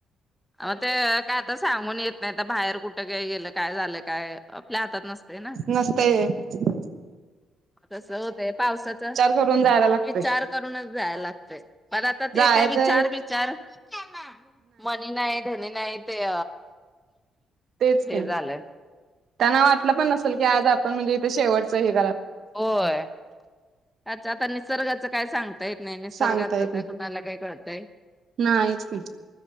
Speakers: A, in the centre; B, on the right.
A: मग ते आता काय तर सांगून येत नाही तर बाहेर कुठं काय गेलं काय झालं. काय आपल्या हातात नसते ना.
B: नसतंय व्हं.
A: तसं होतय पावसाचा
B: करून जायला लागतोय
A: विचार करूनचं जायला लागतंय पण आता ते
B: जायचंय
A: काय विचार बिचार <unintelligible> मणी नाही धा मी नाही ते
B: तेच
A: ते
B: की
A: झालं.
B: त्यांना वाटलं पण नसेल की आज आपण म्हणजे इथे शेवटचं हे कर
A: होय अच्छा आता निसर्गाचं काय सांगता येत नाही निसर्गाचं
B: सांगता येत
A: काय कुणाला काय कळत काय?
B: नाही ही.